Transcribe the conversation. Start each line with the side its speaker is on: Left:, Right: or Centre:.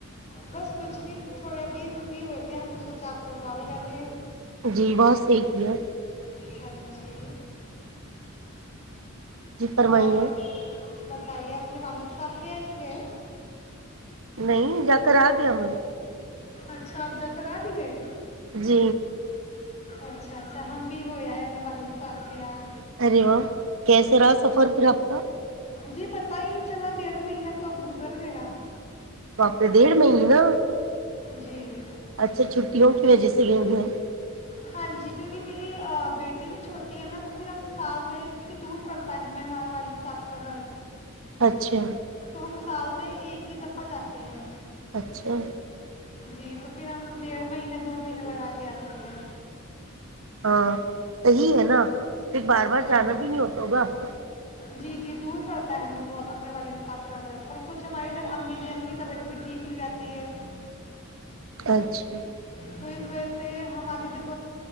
Left: بس کچھ نہیں تھوڑے ابھی فری ہوئے تھ ہیں ہم نے سوچا آپ کو کال کر لیا
Right: جی بات صحیح کی ہے
Left: ہاں جی
Right: جی فرمائیے
Left: اور بتائیے اپنے والد صاحب کے یا نہیں گئے
Right: نہیں جا کرا گیا من
Left: اچھا آپ جا کر آ بھی گئے
Right: جی
Left: اچھا اچھا ہم بھی ہوئے ہے اپنے والد صاحب کے یہاں
Right: ارے واہ کیسے رہا سفر پھر آپ کا
Left: جی پتا ہی نہیں چلا ڈیڑھ مہینہ کب گزر گیا
Right: واپس ڈھ مہ نا
Left: جی
Right: اچھا چھٹیوں کی وجہ سے گئے ہو گئے ہیں
Left: ہاں جی کیونکہ میری بیٹی بھی چھوٹی ہے نا تو پھر ہم سال میں کیونکہ دور پڑتا ہے ہمیں ہمارے والی سب کا گھر
Right: اچھا
Left: تو ہم سال میں ایک ہی دفعہ جاتے ہیں
Right: اچھا
Left: جی تو پھر ہم ڈیڑھ مہینےہ دو مہینے لگا کے آتے ہیں
Right: ہاں صحیح ہے نا پھر بار بار
Left: ہاں
Right: جانا بھی نہیں ہوتا ہوگا آپ کا
Left: جی جی دور پڑتا ہے ہمیں بہت اپنے والد صاحب کا گھر اور کچھ ہمارے ادھر امی جی ا کی طبیعت بھی ٹھیک نہیں رہتی ہے
Right: اچھا
Left: تو اس وجہ سے ہماری جب